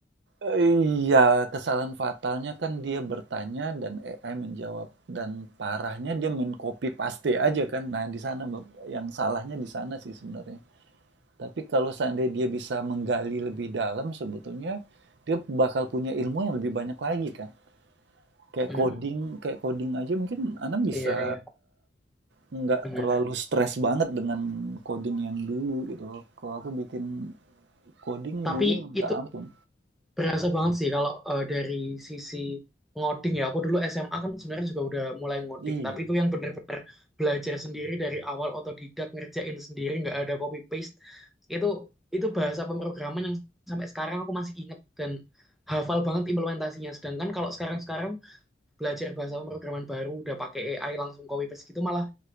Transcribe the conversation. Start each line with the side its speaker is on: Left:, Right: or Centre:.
Right: Eh, Iya, kesalahan fatalnya kan dia bertanya dan AI menjawab dan parahnya dia men copy paste aja kan. Nah, di sana Bang. yang salahnya di sana sih sebenarnya. Tapi kalau seandainya dia bisa menggali lebih dalam sebetulnya dia bakal punya ilmu yang lebih banyak lagi kan. Kayak
Centre: Mm-mm.
Right: coding, kayak coding aja mungkin Anam bisa
Centre: iya iya
Right: nggak
Centre: benar
Right: terlalu stres banget dengan coding yang dulu gitu loh. Kalau aku bikin coding
Centre: tapi
Right: dulu minta
Centre: itu
Right: ampun.
Centre: Berasa banget sih kalau eh, dari sisi ngoding ya. Aku dulu SMA kan sebenarnya juga udah mulai ngoding,
Right: Iya.
Centre: tapi itu yang bener-bener belajar sendiri dari awal otodidak ngerjain sendiri nggak ada copy paste. Itu itu bahasa pemrograman yang sampai sekarang aku masih inget dan hafal banget implementasinya. Sedangkan kalau sekarang-sekarang belajar bahasa pemrograman baru udah pakai AI langsung copy paste gitu malah